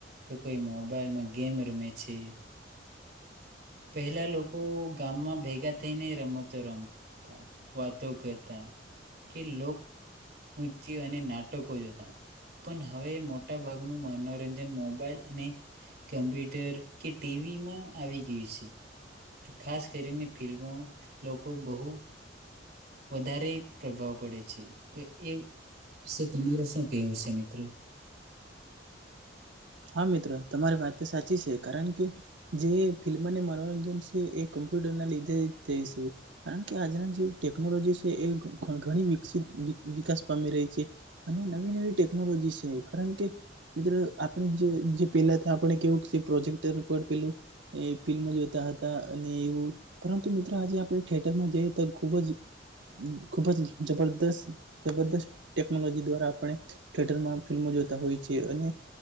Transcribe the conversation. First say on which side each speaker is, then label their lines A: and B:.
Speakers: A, on the right (about 55°); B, on the right (about 75°).
A: તો કોઈ મોબાઈલમાં ગેમ રમે છે પહેલા લોકો ગામમાં ભેગા થઈને રમતો રમતા વાતો કરતા કે લોકો નૃત્ય અને નાટકો જતા પણ હવે મોટા ભાગનું મનોરંજન મોબાઈલ અને કમ્પ્યુટર કે ટીવીમાં આવી ગયું છે ખાસ કરીને ફિલ્મો લોકો બહુ વધારે પ્રભાવ પડે છે તો એ વિશે તમાર શું કવું છે મિત્ર
B: હા મિત્ર તમારી વાત તો સાચી છે કારણ કે જે ફિલ્મને મનોરંજન છે એ કમ્પ્યુટરના લીધે જ થાય છે કારણ કે આજના જે ટેકનોલોજી છે એ ઘણી વિકસિત વિકાસ પામી રહી છે અને નવી નવી ટેકનોલોજી છે કારણ કે મિત્ર પેલા આપણે કેવું પ્રોજેક્ટર પર પેલું ફિલ્મો જોતા હતા અને એવું પરંતુ મિત્ર આજે આપણે થયેટરમાં જઈએ તો ખુબ જ ખુબ જ જબરસ્ત જબરદસ્ત ટેકનોલોજી દ્વારા આપણે થેટરમાં ફિલ્મો જોતા હોય છે અને